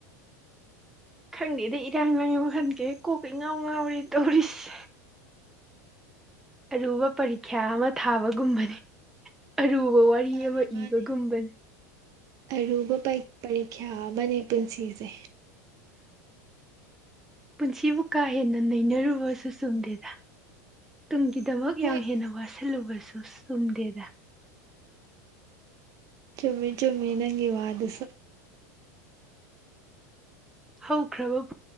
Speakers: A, in the centre; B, on the right.
A: ꯈꯪꯗꯦꯗ ꯏꯔꯥꯡ ꯂꯥꯡꯏ ꯋꯈꯥꯜꯁꯦ ꯀꯣꯛꯀ ꯏꯉꯥꯎ ꯉꯥꯎꯔꯤ ꯇꯧꯔꯤꯁꯦ ꯑꯔꯨꯕ ꯄꯔꯤꯈ꯭ꯌꯥ ꯑꯃ ꯊꯥꯕꯒꯨꯝꯕꯅꯦ ꯑꯔꯨꯕ ꯋꯥꯔꯤ
B: ꯃꯥꯅꯦ
A: ꯑꯃ
B: ꯃꯥꯅꯦ
A: ꯏꯕꯒꯨꯝꯕꯅꯤ
B: ꯑꯔꯨꯕ ꯄꯔꯤꯈ꯭ꯌꯥ ꯑꯃꯅꯦ ꯄꯨꯟꯁꯤꯁꯦ
A: ꯄꯨꯟꯁꯤꯕꯨ ꯀꯥ ꯍꯦꯟꯅ ꯅꯩꯅꯔꯨꯕꯁꯨ ꯆꯨꯝꯗꯦꯗ ꯇꯨꯡꯒꯤꯗꯃꯛ
B: ꯍꯣꯏ
A: ꯌꯥꯝ ꯍꯦꯟꯅ ꯋꯥꯁꯤꯜꯂꯨꯕꯁꯨ ꯆꯨꯝꯗꯦꯗ
B: ꯆꯨꯝꯃꯤ ꯆꯨꯝꯃꯤ ꯅꯪꯒꯤ ꯋꯥꯗꯁꯨ
A: ꯍꯧꯈ꯭ꯔꯕ ꯄꯨꯟ